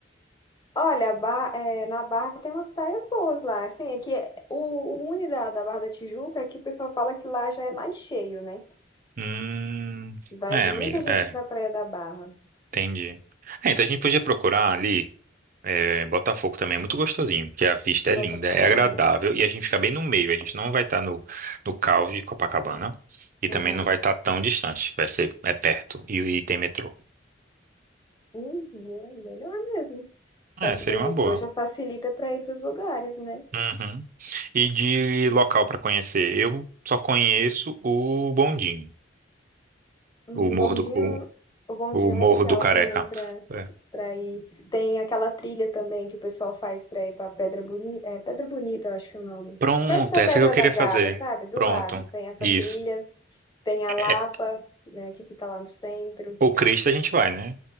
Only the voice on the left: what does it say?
Olha, a Barra- é, na Barra tem umas praias boas lá. Assim, é que é, o, o ruim da, da Barra da Tijuca é que o pessoal fala que lá já é mais cheio, né?
Vai
muita
gente
pra Praia da Barra,
Botafogo,
né?
Aham.
Uhum, melhor mesmo.
Perto
do metrô
já facilita para ir para os lugares, né?
Um
bondinho,
o bondinho
é legal
também para
para ir. Tem aquela trilha também que o pessoal faz para ir para Pedra Bonita, é Pedra Bonita, eu acho o nome.
Perto da
Pedra
da Gávea,
sabe? Do
lado tem essa
trilha, tem a Lapa,
né, que fica lá no centro.